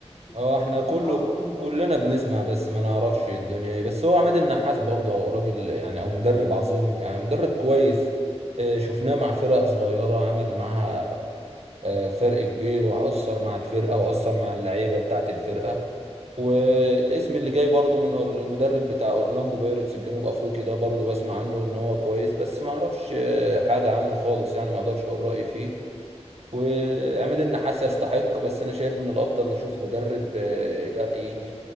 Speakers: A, on the left; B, on the right.
A: ت-
B: هو احنا كله
A: ت- تعاقد معاه
B: كلنا بنسمع بس ما نعرفش الدنيا ايه بس هو عماد النحاس برضه هو راجل يعني او مدرب عظيم يعني مدرب كويس آه، شفناه مع فرق صغيرة عمل معاها آه، فرق كبير وأثر مع الفرقة وأثر مع اللعيبة بتاعة الفرقة والاسم اللي جاي برضه من أور- المدرب بتاع اورلاندو بايرتس الجنوب افريقي ده برضه بسمع عنه ان هو كويس بس ما اعرفش آه، حاجة عنه خالص يعني ما اقدرش اقول رأيي فيه وعماد النحاس يستحق بس انا شايف من الافضل نشوف مدرب آه، لا يجي